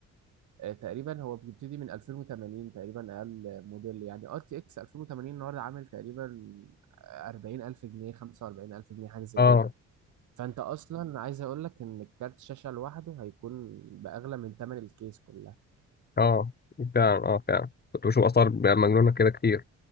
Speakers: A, on the right; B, on the left.
A: آه، تقريبا هو بيبتدي من 2080 تقريبا اقل موديل يعني ار تي اكس 2080 النهارده عامل تقريبا 40000 جنيه 45000 جنيه حاجه زي
B: اه
A: كده فانت اصلا عايز اقول لك ان الكارت شاشه لوحده هيكون باغلى من ثمن الكيس كلها
B: اه فعلا اه فعلا كنت بشوف اثار مجنونه كده كتير